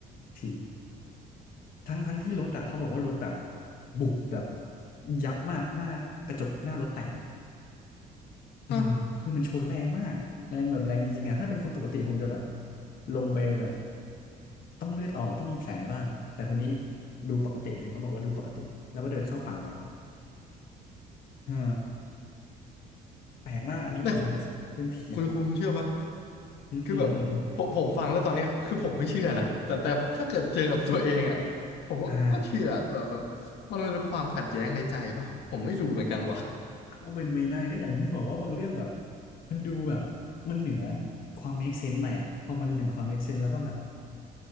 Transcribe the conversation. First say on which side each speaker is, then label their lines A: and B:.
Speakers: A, on the left (about 60°); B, on the left (about 75°).
A: ทีทั้งทั้งที่รถอ่ะเขาบอกว่ารถแบบบุบแบบยับมากหน้ากระจกหน้ารถแตกอะ อืมคือมันชนแรงมากแรงแบบแรงจริงๆอะถ้าเป็นคนปกติคงจะแบบ
B: ฮะ
A: ลงไปแบบต้องเลือดออกต้องมีแผลบ้างอะแต่คนนี้ดูปกติเลยเขาบอกว่าดูปกติแล้วก็เดินเข้าป่าไปเออแปลกมาก อันนี้ผม
B: ไม่คุณ
A: เป็นผี
B: คุณคุณคุณเชื่อปะ
A: อืมอืมอืมอืม
B: คือแบบผมผมฟังแล้วตอนเนี้ยคือผมไม่เชื่อนะแต่แต่ถ้าเกิดเจอกับตัวเองอ่ะผมก็ก็เชื่อแบบแบบมันเป็นความขัดแย้งในใจปะผมไม่รู้เหมือนกันว่ะ
A: อ่าก็เป็นไปได้ก็อย่างที่บอกว่าบางเรื่องแบบมันดูแบบมันเหนือความ make sense ไปอ่ะพอมันเหนือความ make sense แล้วก็แบบ